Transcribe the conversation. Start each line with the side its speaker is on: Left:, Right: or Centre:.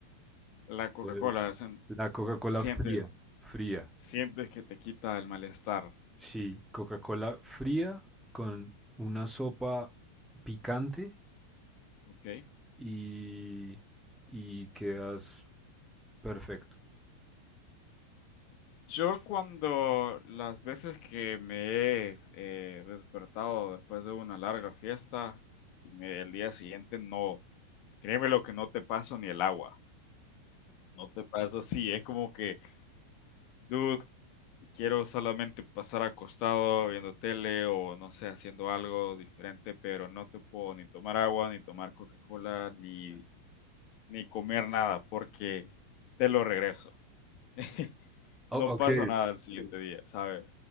Left: La Coca-Cola
Centre: Es
Left: sen-
Centre: la Coca-Cola
Left: sientes
Centre: fría, fría.
Left: sientes que te quita el malestar,
Centre: Sí, Coca-Cola fría con una sopa picante
Left: ¿ok?
Centre: y, y quedas perfecto.
Left: Yo cuando las veces que me he eh, despertado después de una larga fiesta y me, el día siguiente no, créeme lo que no te paso ni el agua. No te pasa así, es como que, dude, quiero solamente pasar acostado viendo tele o no sé, haciendo algo diferente, pero no te puedo ni tomar agua, ni tomar Coca-Cola, ni, ni comer nada porque te lo regreso. <laughs>
Centre: O-
Left: No pasa
Centre: ok,
Left: nada el siguiente día, ¿sabes?